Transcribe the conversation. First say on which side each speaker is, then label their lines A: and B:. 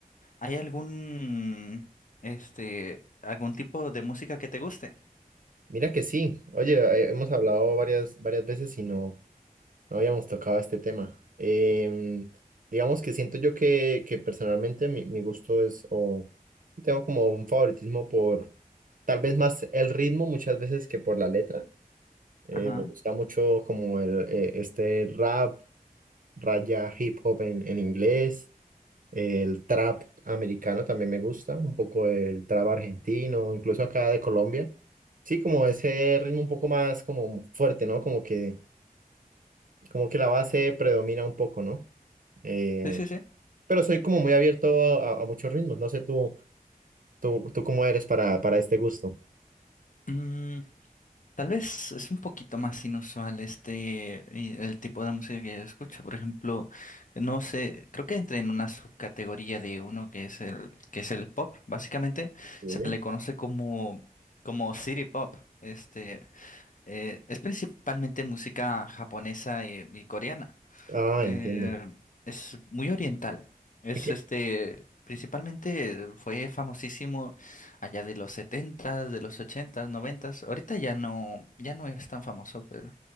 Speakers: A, on the left (about 60°); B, on the right (about 60°).
A: ¿Hay algún, este, algún tipo de música que te guste?
B: Mira que sí. Oye, eh, hemos hablado varias, varias veces y no, no habíamos tocado este tema. Em, digamos que siento yo que, que personalmente mi, mi gusto es, o sí tengo como un favoritismo por tal vez más el ritmo muchas veces que por la letra. Eh,
A: Ajá.
B: me gusta mucho como el, eh, este rap. raya hip hop en, en inglés, el trap americano también me gusta, un poco el trap argentino, incluso acá de Colombia. Sí, como ese ritmo un poco más como fuerte, ¿no? Como que, como que la base predomina un poco, ¿no? Eh,
A: Sí, sí, sí.
B: pero soy como muy abierto a, a muchos ritmos, no sé tú, tú, tú cómo eres para, para este gusto.
A: Mm, tal vez es un poquito más inusual este, y el tipo de música que yo escucho. Por ejemplo, no sé, creo que entra en una subcategoría de uno que es el, que es el pop. Básicamente
B: Sí.
A: se le conoce como, como city pop. Este, eh, es principalmente música japonesa y y coreana.
B: Ah,
A: Eh,
B: entiendo.
A: es muy oriental. Es
B: Es que-
A: este, principalmente fue famosísimo allá de los setentas, de los ochentas, noventas. Ahorita ya no, ya no es tan famoso, pero